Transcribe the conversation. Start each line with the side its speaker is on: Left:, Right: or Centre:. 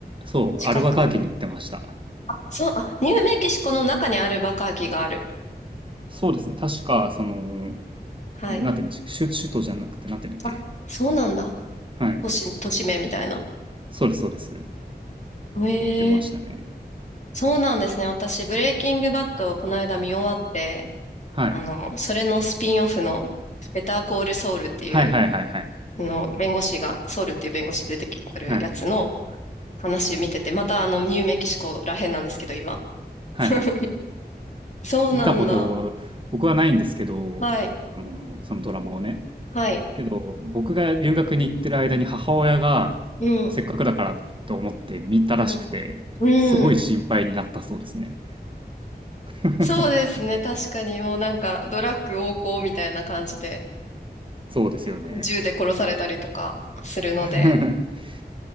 Right: そう、
Left: 近く。
Right: アルバカーキに行ってました。
Left: あ、そう、あ、ニューメキシコの中にアルバカーキがある。
Right: そうですね、確か、その、
Left: はい。
Right: なんて言うんでしたっけ、首首都じゃなくて、なんて言うんだっけ。
Left: あ、そうなんだ。
Right: はい。
Left: 都市、都市名みたいな。
Right: そうです、そうです。
Left: へえ、
Right: 行ってましたね。
Left: そうなんですね。私、ブレイキングバッドをこの間見終わって、
Right: はい。
Left: あの、それのスピンオフの、ベターコールソウルっていう
Right: はいはいはいはい。
Left: の、弁護士が、ソウルっていう弁護士出てくるやつの
Right: はい。
Left: 話見てて、またあの、ニューメキシコらへんなんですけど、今。
Right: はいはい。
Left: <laughs> そうなんだ。
Right: 見たこと僕はないんですけど、
Left: はい。
Right: あの、そのドラマをね。
Left: はい。
Right: けど、僕が留学に行ってる間に母親がせっかくだからと思って見たらしくて、
Left: うん。うん。うん。
Right: すごい心配になったそうですね。<laughs>
Left: そうですね。確かに、もうなんか、ドラッグ横行みたいな感じで、
Right: そうですよね。
Left: うん銃で殺されたりとかするので、
Right: <laughs>